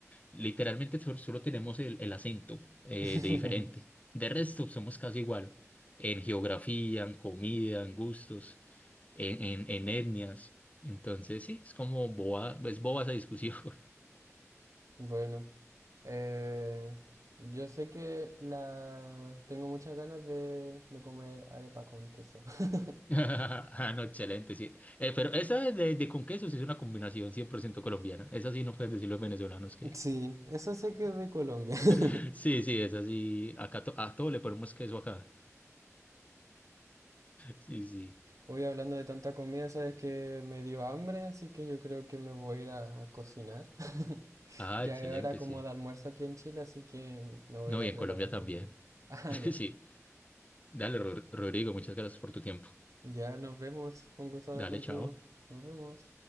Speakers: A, on the left; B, on the right.
A: Literalmente sol- solo tenemos el, el acento eh,
B: <laughs>
A: de diferente. De resto, somos casi igual en geografía, en comida, en gustos en, en, en etnias. Entonces, sí, es como boba, es boba esa discusión. <laughs>
B: Bueno. Eh, yo sé que la tengo muchas ganas de, de comer arepa con queso. <laughs>
A: Ah, no, excelente, sí. Eh, pero esa de, de con queso sí es una combinación 100% colombiana. Esa sí no pueden decir los venezolanos que...
B: Sí, eso sé que es de Colombia. <laughs>
A: <laughs> Sí, sí, esa sí. Acá to- a todo le ponemos queso acá. Sí, sí.
B: Hoy hablando de tanta comida, sabes que me dio hambre, así que yo creo que me voy a ir a a cocinar. <laughs>
A: Ah,
B: Ya
A: excelente,
B: es hora como
A: sí.
B: de almuerzo aquí en Chile, así que me voy
A: No,
B: a ir a
A: y en
B: preparar
A: Colombia también.
B: comida. <laughs> Ah,
A: <laughs>
B: ya.
A: Sí. Dale, Ro- Rodrigo, muchas gracias por tu tiempo.
B: Ya nos vemos. Fue Un gusto hablar
A: Dale,
B: contigo.
A: chao.
B: Nos vemos.